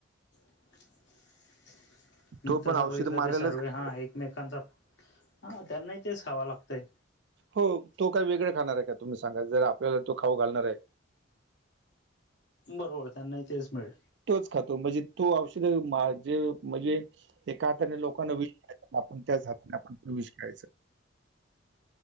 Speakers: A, on the left; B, on the right.
A: <inaudible>
B: तो
A: तसं
B: पण औषध
A: बघितलं
B: मारायलाच
A: ते सर्वे
B: खातो.
A: हा, एकमेकांचा हा त्यांनाही तेच खाव लागतंय.
B: हो तो काय वेगळं खाणार आहे का तुम्ही सांगा, जर आपल्याला तो खाऊ घालणार आहे.
A: बरोबर त्यांनाही तेच मिळेल.
B: तोच खातो. म्हणजे तो औषध जे म्हणजे, एका हाताने लोकांना विष आपण त्याचं हातानी आपण विष खायचं.